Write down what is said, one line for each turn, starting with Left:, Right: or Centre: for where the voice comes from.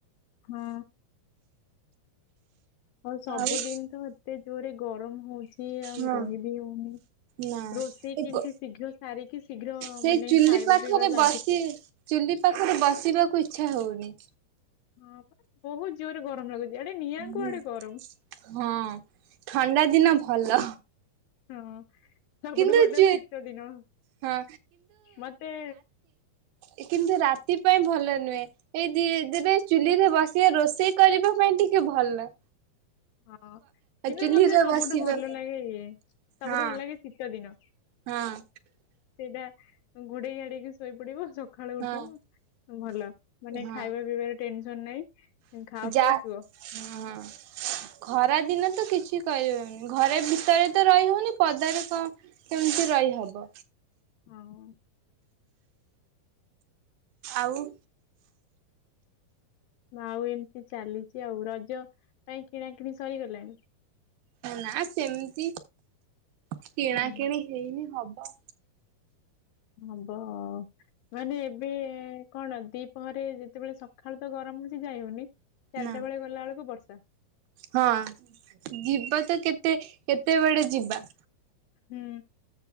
Left: ହଁ ହଉ ସବୁଦିନ
Right: ଆଉ
Left: ତ ଏତେ ଜୋରେ ଗରମ ହଉଛି ଆଉ
Right: ହଁ।
Left: ରହିିବି ହଉନି।
Right: ନା
Left: ରୋଷେଇ
Right: ଏ
Left: କେମତି
Right: ଗୋ
Left: ଶୀଘ୍ର ସାରିକି ଶୀଘ୍ର
Right: ସେଇ
Left: ମାନେ
Right: ଚୁଲି
Left: ଖାଇବା
Right: ପାଖରେ
Left: ପିଇବା ସାରଦେଇ
Right: ବସି ଚୁଲି ପାଖରେ ବସିବାକୁ ଇଚ୍ଛା ହଉନି।
Left: ହଁ ବା ବହୁତ ଜୋରେ ଗରମ ଲାଗୁଛି ଇଆଡେ ନିଆଁ କୁ
Right: ହୁଁ।
Left: ଆଡେ ଗରମ୍
Right: ହଁ ଥଣ୍ଡା ଦିନ ଭଲ।
Left: ହଁ ସବୁଠୁ
Right: କିନ୍ତୁ
Left: ଭଲ
Right: ଚୁ
Left: ଶୀତ ଦିନ
Right: ହଁ
Left: ମତେ
Right: ଏ କିନ୍ତୁ ରାତି ପାଇଁ ଭଲ ନୁହେଁ। ଏଇ ଦି ଦେବେ ଚୁଲିରେ ବସି ଏ ରୋଷେଇ କରିବା ପାଇଁ ଟିକେ ଭଲ।
Left: ହଁ କିନୁ
Right: ଚୁଲିରେ
Left: ମତେ ସବୁଠୁ
Right: ବସିବା
Left: ଭଲ
Right: ପାଇଁ।
Left: ଲାଗେ ଇଏ ସବୁଠୁ
Right: ହଁ।
Left: ଭଲ ଲାଗେ ଶୀତ ଦିନ।
Right: ହଁ
Left: ସେଇଟା ଘୋଡେଇ ଘାଡେଇକି ଶୋଇ ପଡିବ ସକା ଖାଳୁ
Right: ହଁ
Left: ଉଠିବ ଭଲ ମାନେ
Right: ହଁ
Left: ଖାଇବା ପିଇବାରେ ଟେନସନ ନାହିଁ। ଖାଅ
Right: ଯା
Left: ପିଅ
Right: ହଁ।
Left: ଶୁଅ
Right: ଖରା ଦିନ ତ କିଛି କରିହଉନି ଘରେ ଭିତରେ ତ ରହି ହଉନି ପଦାରେ କଁ କେମତି ରହିହବ?
Left: ହଁ
Right: ଆଉ
Left: ଆଉ ଏମିତି ଚାଲିଛି ଆଉ ରଜ ପାଇଁ କିଣା କିିଣି ସରିଗଲାଣି?
Right: ନା ସେମତି କିଣାକିଣି
Left: ହଁ।
Right: ହେଇନି ହବ
Left: ହବ ମାନେ ଏବେ କଣ ଦିପହରେ ଯେତେବେଳେ ସଖାଳୁ ତ ଗରମ ହଉଛି ଯାଇ ହଉନି। ଚାରିଟା
Right: ନା।
Left: ବେଳେ ଗଲା ବେଳକୁ ବର୍ଷା
Right: ହଁ ଯିବ ତ କେତେ କେତେବେଳେ ଯିବା?
Left: ହୁଁ।